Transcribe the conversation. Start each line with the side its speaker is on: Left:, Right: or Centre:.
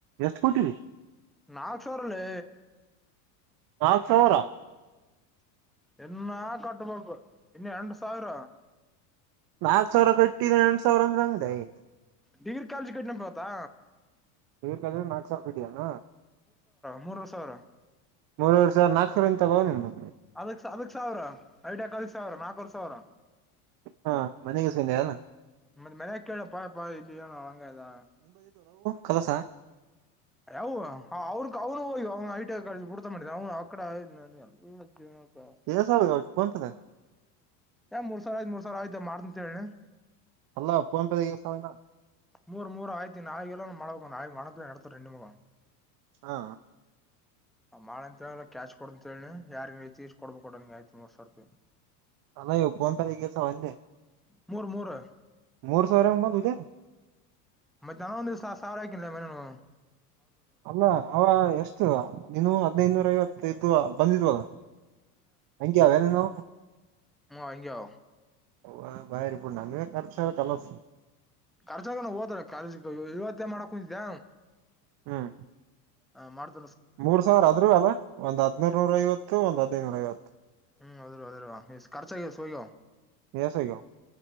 Right: ಎಷ್ಟು ಕೊಟ್ಟೀಧೀ
Centre: ನಾಲ್ಕು ಸಾವಿರ ಲೇ
Right: ನಾಲ್ಕು ಸಾವಿರ
Centre: ಇನ್ನ ಕಟ್ಟಬೇಕು ಇನ್ನು ಎಂಟು ಸಾವಿರ
Right: ನಾಲ್ಕ್ ಸಾವಿರ ಕಟ್ಟಿದ ಎಂಟು ಸಾವಿರ ಅಂದ್ರ ಹಂಗದ ಆಯ್
Centre: ಡಿಗ್ರಿ ಕಾಲೇಜ್ ಕಟ್ಟನ ಪತಾ
Right: <unintelligible> ನಾಲ್ಕು ಸಾವಿರ ಕಟ್ಟಯಾನ
Centre: ಮೂರುವರೆ ಸಾವಿರ
Right: ಮೂರೂವರೆ ಸಾವಿರ ನಾಕ ಸಾವರ ತಗೋ ನೀನು
Centre: ಅದಕ್ ಅದಕ್ ಸಾವಿರ ಐಟ್ಯಾಕ್ ಅದಕ್ ಸಾವಿರ ನಾಲ್ಕವರ್ ಸಾವಿರ
Right: ಹಾ ಮನೆ <unintelligible>
Centre: ಮತ್ತ ಮನ ಕೇಳ ಪಾ ಪಾ ಇಲ್ಲಿ ಅಳಂಗ ಇದಾ
Right: ಕೆಲಸ
Centre: ಯಾವ ಅವ್ನ ಅವ್ನು ಹೋಗ ಅವ್ನು ಐಟಐ ಕಾಲೇಜ್ ಬಿಡ್ತಾ ಮಾಡಿದ ಅವನು ಆ ಕಡೆ ಎಲ್ಲ ಜೀವನ
Right: ಎಸಟ್ಟ ಬಂತದೆ
Centre: ಏ ಮೂ ಸಿರ ಆಯ್ತತ್ ಮೂರ್ ಸಾವಿರ ಆಯ್ತಾ ಮಾಡ್ತ ಅಂತ ಹೇಳಿ
Right: ಅಲ್ಲ ಫೋನ್ ಪೇದಾಗ ಎಷ್ಟ್ ಸಾವ್ರ ಆಗ್ಯಾವ
Centre: ಮೂರು ಮೂರು ಆಯಿತ ನಾಲ್ ಕಲೋ ಮಳ ನಾ ಮನತ್ರ ನೋ ರಂಡಿ ಮಗ
Right: ಹಾ
Centre: ಆ ಮಾಡ ಅಂತ ಹೇಳ್ರ ಕ್ಯಾಚ್ ಕೊಡ ಅಂತ ಹೇಳಿ ಯಾರ ರೀತಿ ಕೊಡ್ಬೇಕ ಕೊಡ ನಿಂ ಆಯ್ತ್ ಮೂರ್ ಸಾವಿ ರೂಪಾಯಿ
Right: ಅಲಯಪ್ಪಂಪ ತಗಸವೆ
Centre: ಮೂರ್ ಮೂರು
Right: ಮೂರ್ ಸಾವರಂಗ ಇದೆ
Centre: ಮತ್ತೆ ನಾನ ಒಂದು ದಿವಸ ಸಾವಿರ ಆಯಿಲ್ಲ ಮನನು
Right: ಅಲ್ಲ ಅವ ಎಷ್ಟು ನೀನು ಹದ್ನೈದದುನೂರ ಐವತ್ತು ಇದ್ದ್ ಬಂದಿದ್ವಲ್ಲ ಅಂಗೆ ಯಾವನುನ್ನ
Centre: ಹ್ಮ ಹಂಗೆ
Right: ಹ್ ಬಾಯ್ರಬುಟ್ಟ ನನ್ ಖರ್ಚ ಕಲಸ
Centre: ರ್ಚಾಗ ಹೋದ್ರ ಕಾಲೇಜ್ ಇವತ್ತೇ ಮಾಡಕ್ ಕುಂತಿದ್ದೆ
Right: ಹ್ಮ್
Centre: ಹ ಮಾಡ್ತ
Right: ಮೂರ್ ಸಾವಿರ ಆದ್ ಅಲ್ಲ ಒಂದ್ ಹದ್ನೂರ್ ನೂರ ಐವತ್ತು ಒಂದ್ ಹದಿನೈನೂರ ಐವತ್ತು
Centre: ಹ್ಮ್ ಅದ ಅದ ಖರ್ಚ ಸಯೋ
Right: ಎಸಾಗ್ಯಾವ